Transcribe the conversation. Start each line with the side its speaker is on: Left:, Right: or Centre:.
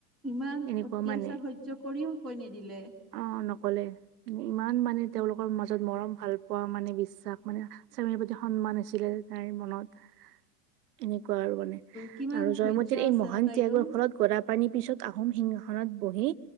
Centre: ইমান
Right: এনেকুৱা
Centre: অত্যাচাৰ
Right: মানে
Centre: সহ্য কৰিও কৈ নিদিলে।
Right: অ' নক'লে, ইমান মানে তেওঁলোকৰ মাজত মৰম ভাল পোৱা মানে বিশ্বাস, মানে স্বামীৰ প্ৰতি সন্মান আছিলে তাইৰ মনত। এনেকুৱা আৰু মানে
Centre: কিমান
Right: আৰু জয়মতীৰ
Centre: ধৈৰ্য্য
Right: এই
Centre: আছে
Right: মহান
Centre: ন তাইৰো
Right: ত্যাগৰ ফলত গদা পানী পিছত আহোম সিংহাসনত বহি